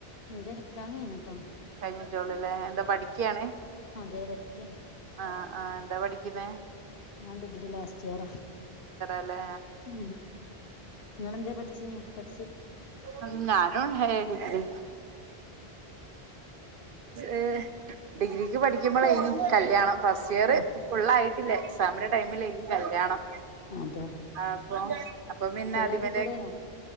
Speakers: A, on the left; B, on the right.
A: എന്റെ നിക്കാഹ് കയിഞ്ഞിട്ടൊള്ളൂ
B: കഴിഞ്ഞിട്ടേള്ളൂല്ലേ എന്താ പഠിക്ക്യാണ്
A: അതെ പഠിക്കാണ്
B: ആ ആ എന്താ പഠിക്കിന്നേ
A: ഞാൻ ഡിഗ്രി ലാസ് ലാസ്റ്റ് യറാ
B: അല്ലേ
A: ഉ നിങ്ങളെന്തേ പഠിച്ചീനിയോ പഠി
B: ഉം ഞാനും അങ്ങനെ ഡിഗ്രി ഏ ഡിഗ്രിക്ക് പഠിക്കുമ്പെളെയ്നി കല്യാണം ഫസ്റ്റ് ഇയർ
A: ആ
B: ഫുള്ളായിട്ടില്ല എക്സാമിന്റെ ടൈമിലായ്നി കല്യാണം
A: അതെ
B: അപ്പൊ അപ്പൊ പിന്നെ
A: ഫുള്ളാക്കി
B: അതിമല്
A: കൂടേനോ